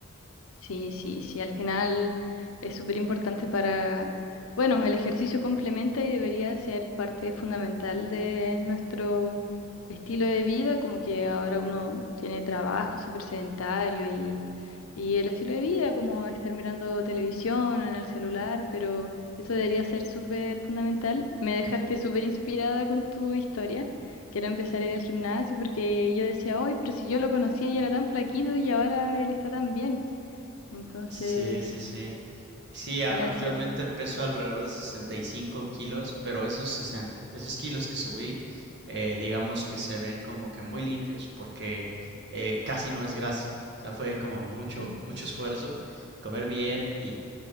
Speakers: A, on the left (about 80°); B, on the right (about 55°).
A: Sí, sí, sí, al final es súper importante para, bueno, el ejercicio complementa y debería ser parte fundamental de nuestro estilo de vida, como que ahora uno tiene trabajo súper sedentario y, y el estilo de vida, como estar mirando televisión en el celular, pero eso debería ser súper fundamental. Me dejaste súper inspirada con tu historia. Quiero empezar a ir al gimnasio porque yo decía, hoy, pero si yo lo conocía y era tan flaquito y ahora él está tan bien. Entonces,
B: Sí, sí, sí. Sí, a-
A: gracias.
B: actualmente peso alrededor de 65 kilos, pero esos, sesen- esos kilos que subí, eh, digamos que se ven como que muy limpios, porque eh, casi no es grasa. O sea, fue como mucho,
A: Ujú.
B: mucho esfuerzo, comer bien y